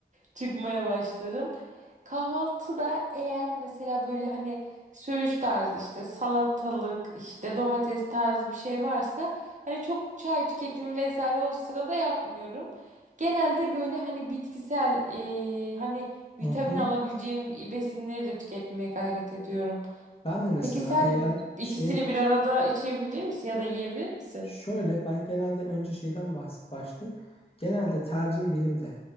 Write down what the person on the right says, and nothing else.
çıkmaya başlarım. Kahvaltıda eğer mesela böyle hani söğüş tarzı işte salatalık işte domates tarzı bir şey varsa hani çok çay tüketimi vesaire o sırada yapmıyorum. Genelde böyle hani bitkisel e, hani
vitamin
alabileceğim besinleri de tüketmeye gayret ediyorum.
Peki sen
ikisini
bir arada içebilir misin ya da yiyebilir misin?